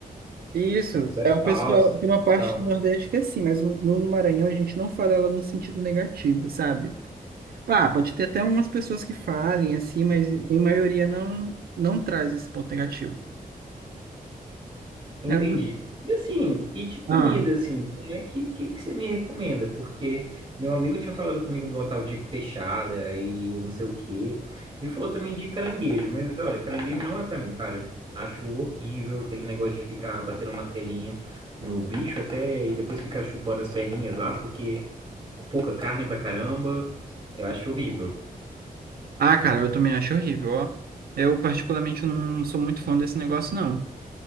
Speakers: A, on the right; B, on the right.
A: isso.
B: Que a pessoa
A: É
B: é
A: o pessoal
B: falsa e
A: de uma parte
B: tal.
A: do Nordeste que é assim, mas no, no Maranhão a gente não fala ela no sentido negativo, sabe? Pá, pode ter até umas pessoas que falem assim, mas em maioria não, não traz esse ponto negativo.
B: Entendi.
A: É,
B: E assim, e de comida,
A: ah,
B: assim, como é que, que, que você me recomenda? Porque meu amigo tinha falado comigo de uma tal de peixada e não sei o quê. E falou também de caranguejo, mas olha, caranguejo não é pra mim, cara. Acho horrível aquele negócio de ficar batendo martelinho no bicho até e depois ficar chupando as perninhas lá, porque pouca carne pra caramba. Eu acho horrível.
A: ah, cara, eu também acho horrível, ó. Eu particularmente não sou muito fã desse negócio, não.